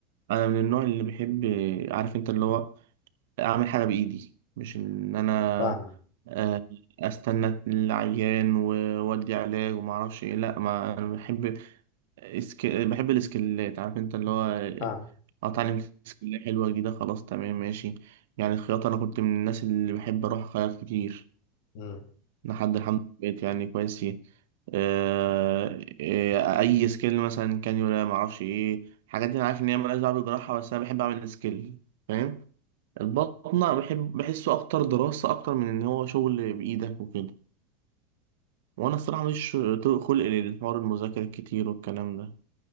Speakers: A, on the right; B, on the left.
A: انا من النوع اللي بيحب عارف انت اللي هو اعمل حاجه بايدي مش ان انا
B: فاهمك
A: آه، استنى العيان وودي علاج وما اعرفش ايه لا ما انا بحب اسك... بحب الاسكلات عارف انت اللي هو آه،
B: فاهم
A: اتعلم سكيل حلوه جديده خلاص تمام ماشي يعني الخياطه انا كنت من الناس اللي بحب اروح اخيط كتير
B: امم
A: لحد الحمد لله بقيت يعني كويس فيه آه، آه، اي سكيل مثلا كانيولا ما اعرفش ايه الحاجات دي انا عارف ان هي مالهاش دعوه بالجراحه بس انا بحب اعمل سكيل فاهم البطنة بحب بحسه أكتر دراسة أكتر من إن هو شغل بإيدك وكده وأنا الصراحة مش طول خلق للحوار المذاكرة الكتير والكلام ده